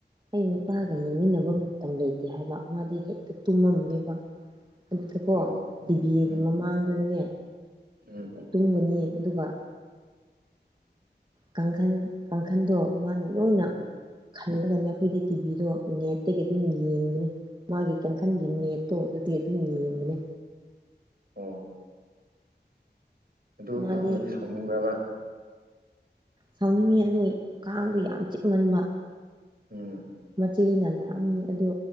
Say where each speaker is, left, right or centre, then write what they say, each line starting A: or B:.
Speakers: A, on the right; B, on the right.
A: ꯑꯩ ꯅꯨꯄꯥꯒ ꯌꯦꯡꯃꯤꯟꯅꯕ ꯃꯇꯝ ꯂꯩꯇꯦ ꯍꯥꯏꯕ ꯃꯥꯗꯤ ꯍꯦꯛꯇ ꯇꯨꯝꯃꯝꯅꯦꯕ ꯑꯗꯨꯗꯀꯣ
B: ꯑꯣ
A: ꯇꯤꯚꯤꯒꯤ
B: ꯎꯝ
A: ꯃꯃꯥꯡꯗꯨꯗꯅꯦ
B: ꯎꯝ
A: ꯇꯨꯝꯒꯅꯤ ꯑꯗꯨꯒ ꯀꯥꯡꯈꯟ ꯀꯥꯡꯈꯟꯗꯣ ꯃꯥꯅ ꯂꯣꯏꯅ
B: ꯎꯝ
A: ꯈꯜꯂꯒꯅꯦ ꯑꯩꯈꯣꯏꯗꯤ ꯇꯤꯚꯤꯗꯣ ꯅꯦꯠꯇꯒꯤ ꯑꯗꯨꯝ ꯌꯦꯡꯕꯅꯤ ꯃꯥꯒꯤ ꯀꯥꯡꯈꯟꯒꯤ ꯅꯦꯠꯇꯣ ꯑꯗꯨꯗꯤ ꯑꯗꯨꯝ ꯌꯦꯡꯕꯅꯦ
B: ꯎꯝ ꯑꯣ ꯑꯗꯨ
A: ꯃꯥꯗꯤ
B: ꯌꯥꯝꯅꯗꯤ ꯁꯥꯎꯅꯤꯡꯕ꯭ꯔꯕ
A: ꯁꯥꯎꯅꯤꯡꯉꯤ ꯑꯗꯨ ꯀꯥꯡꯗꯣ ꯌꯥꯝ ꯆꯤꯛꯃꯟꯕ
B: ꯎꯝ
A: ꯃꯆꯦꯅ ꯂꯥꯛꯑꯅꯤ ꯑꯗꯣ